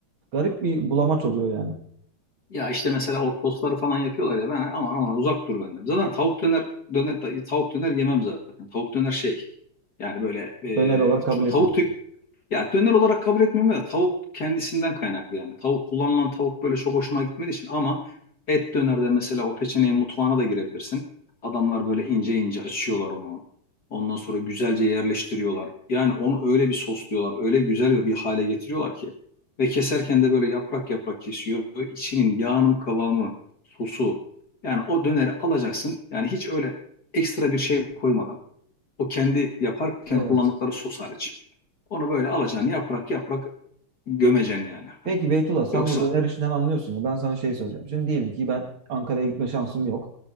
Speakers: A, on the right; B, on the left.
A: Garip bir bulamaç oluyor yani.
B: ya işte mesela o sosları falan yapıyorlar ya ben aman aman uzak dur benden. Zaten tavuk döner döner tavuk döner yemem zaten. Tavuk döner şey yani böyle e,
A: Döner olarak kabul
B: çok
A: etmiyorsun.
B: tavuk Ya döner olarak kabul etmiyorum da tavuk kendisinden kaynaklı yani. Tavuk kullanılan tavuk böyle çok hoşuma gitmediği için ama et dönerde mesela o peçeneyi mutfağına da girebilirsin. Adamlar böyle ince ince açıyorlar onu. Ondan sonra güzelce yerleştiriyorlar. Yani onu öyle bir sosluyorlar, öyle güzel ve bir hale getiriyorlar ki. Ve keserken de böyle yaprak yaprak kesiyor. İçinin yağının kıvamı, sosu. Yani o döneri alacaksın. Yani hiç öyle ekstra bir şey koymadan. O kendi yaparken
A: Evet.
B: kullandıkları sos hariç. Onu böyle alacaksın yaprak yaprak gömeceksin yani. Hani
A: Peki Beytullah sen
B: yoksa
A: bu döner işinden anlıyorsun ya ben sana şey soracağım. Şimdi diyelim ki ben Ankara'ya gitme şansım yok.